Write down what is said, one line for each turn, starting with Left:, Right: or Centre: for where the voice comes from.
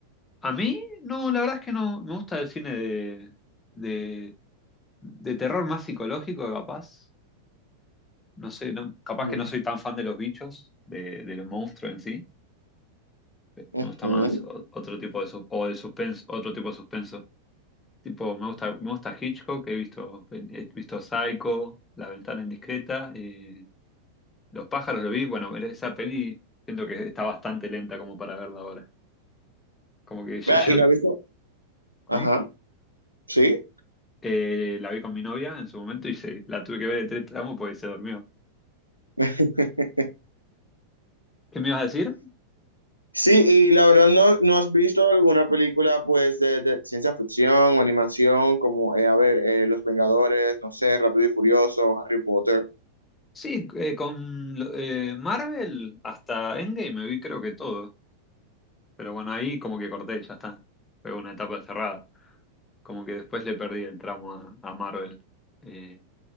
Left: A mí, no, la verdad es que no, me gusta el cine de, de, de terror más psicológico, capaz. No sé, no, capaz
Right: Ujú.
Left: que no soy tan fan de los bichos, de, de los monstruos en sí. Me
Right: Ujú.
Left: gusta más o- otro tipo de sus- o el suspenso, otro tipo de suspenso. Tipo, me gusta, me gusta Hitchcock, he visto, he visto Psycho, La ventana indiscreta, eh, Los pájaros lo vi, bueno, esa peli siento que está bastante lenta como para verla ahora. Como que yo,
Right: Vea,
Left: yo-
Right: Y no has visto,
Left: ¿cómo?
Right: ajá, sí.
Left: Eh, la vi con mi novia en su momento y se, la tuve que ver en tres tramos porque se durmió.
Right: <laughs>
Left: ¿Qué me ibas a decir?
Right: Sí, y la verdad no, no has visto alguna película pues de, de ciencia ficción o animación como, eh, a ver, eh, Los Vengadores, no sé, Rápido y Furioso, Harry Potter.
Left: Sí, eh, con lo- eh, Marvel hasta Endgame me vi creo que todo. Pero bueno, ahí como que corté, ya está. Fue una etapa cerrada. Como que después le perdí el tramo a, a Marvel. Eh,